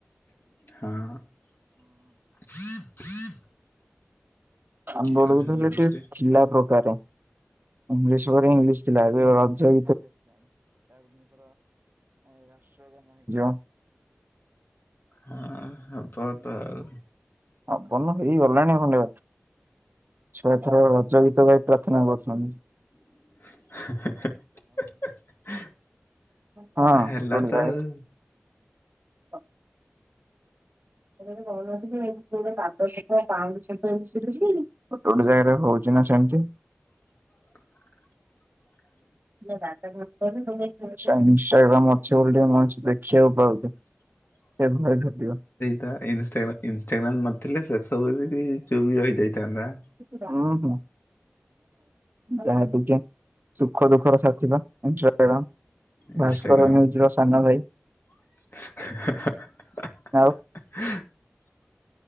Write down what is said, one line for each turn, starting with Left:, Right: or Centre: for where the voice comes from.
Left: ହଁ।
Right: ଆମ
Left: କିଏ
Right: ବେଳକୁ
Left: ମେସେଜ
Right: ତ ହେଲେ
Left: କରୁଥିଲେ
Right: ଟିକେ ଥିଲା ପ୍ରକାରେ। ଇଂଲିଶ୍ ପରେ ଇଂଲିଶ୍ ଥିଲା ଏବେ ରଜ। <unintelligible>
Left: ହଁ ହବ ତ ଆଉ।
Right: ହବନ ହେଇଗଲାଣି ବୋଧେ ଛୁଆଏଥର ରଜ ଗୀତ ଗାଇ ପ୍ରାର୍ଥନା କରୁଚନ୍ତି। <inaudible>
Left: <unintelligible>
Right: ହଁ।
Left: ହେଲା ତ ଆଉ।
Right: <unintelligible> <unintelligible> ନା ସେମିତି।
Left: <inaudible>
Right: ସେଇଆ ପା ମରୀଚି ବୋଲି ଟିକେ ମଣିଷ ଦେଖିବାକୁ ପାଇଛି।
Left: <inaudible>
Right: ଏବେ ଭଲ କଟିବ।
Left: ତା ଇନଷ୍ଟାଗ୍ରାମ୍ ନଥିଲେ ସେ ସବୁ ବି ଚୁପ୍ ରହିଯାଇଥାନ୍ତା।
Right: ହୁ ହୁ ଯାହା କୁ ଯାହା ସୁଖ ଦୁଃଖର ସାଥି। ସେ ପା ଇନଷ୍ଟାଗ୍ରାମ୍
Left: ଇନଷ୍ଟାଗ୍ରାମ
Right: ଭାସ୍କର ନିୟୁଜ୍ ର ସାନ ଭାଇ।
Left: <unintelligible>
Right: ଆଉ